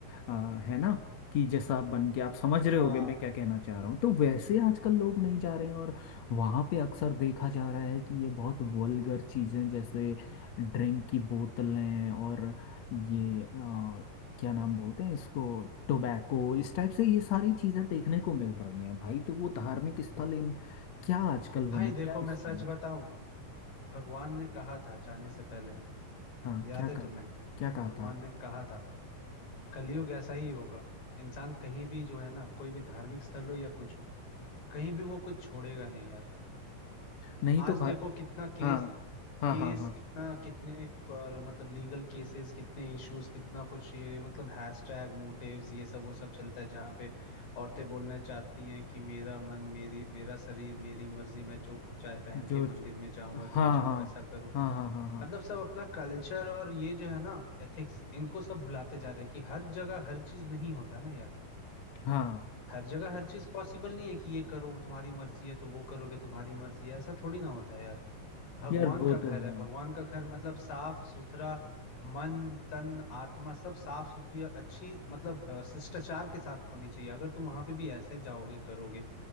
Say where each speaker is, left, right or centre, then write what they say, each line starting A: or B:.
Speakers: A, on the left (about 60°); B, on the left (about 80°).
A: आ, है ना कि जैसा आप बन के आप समझ रहे
B: हाँ
A: होगे मैं क्या कहना चाह रहा हूँ तो वैसे आजकल लोग नहीं जा रहे हैं और वहाँ पे अक्सर देखा जा रहा है कि ये बहुत वल्गर चीज़ें जैसे ड्रिंक की बोतलें और ये आ, क्या नाम बोलते हैं इसको टोबैको इस टाइप से ये सारी चीज़ें देखने को मिल रही हैं भाई तो वो धार्मिक स्थल इन क्या आजकल
B: भाई
A: बना
B: देखो
A: क्या
B: मैं
A: उसकी
B: सच बताऊं भगवान ने कहा था जाने से पहले
A: हाँ
B: याद
A: क्या कहा
B: है तुम्हें
A: था क्या कहा
B: भगवान
A: था
B: ने कहा था कलयुग ऐसा ही होगा इंसान कहीं भी जो है ना कोई भी धार्मिक स्थल हो या कुछ हो कहीं भी वो कुछ छोड़ेगा नहीं यार
A: नहीं
B: आज
A: तो भाई
B: देखो कितना केस
A: हाँ हाँ
B: केस
A: हाँ हाँ
B: कितना कितने क- मतलब लीगल केसेस कितने इश्यूज कितना कुछ ये मतलब हैशटैग मोटिव्स ये सब वो सब चलता है जहाँ पे औरतें बोलना चाहती हैं कि मेरा मन मेरी मेरा शरीर मेरी मर्जी मैं जो चाहे पहन
A: जो
B: के मंदिर
A: च-
B: में जाऊं
A: हाँ
B: और ये जाऊं
A: हाँ
B: वैसा करूं
A: हाँ हाँ हाँ हाँ
B: मतलब सब अपना कल्चर और ये जो है ना एथिक्स इनको सब भुलाते जा रहे हैं कि हर जगह हर चीज नहीं होता ना यार
A: हाँ
B: हर जगह हर चीज पॉसिबल नहीं है कि ये करो तुम्हारी मर्जी है तो वो करोगे तुम्हारी मर्जी है ऐसा थोड़ी ना होता है यार भगवान
A: यार वो
B: का घर
A: तो है
B: है भगवान का घर मतलब साफ सुथरा मन तन आत्मा सब साफ सुथरी और अच्छी मतलब अ, शिष्टाचार के साथ होनी चाहिए अगर तुम वहां पे भी ऐसे जाओगे करोगे